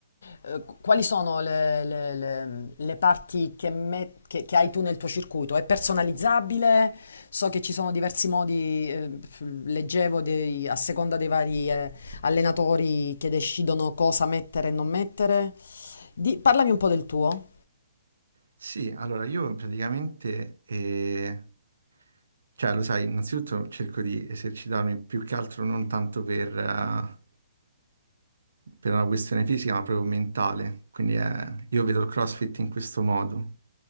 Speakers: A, on the left (about 70°); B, on the right (about 85°).
A: eh, qu- quali sono le, le- le- le parti che, me- che- che hai tu nel tuo circuito? È personalizzabile? So che ci sono diversi modi, eh, f- leggevo dei- a seconda dei vari, eh, allenatori che decidono cosa mettere e non mettere. Di- parlami un po' del tuo.
B: Sì, allora io praticamente eh, Cioè, lo sai, innanzitutto cerco di esercitarmi più che altro non tanto per, eh, per una questione fisica, ma proprio mentale. Quindi eh, io vedo il CrossFit in questo modo.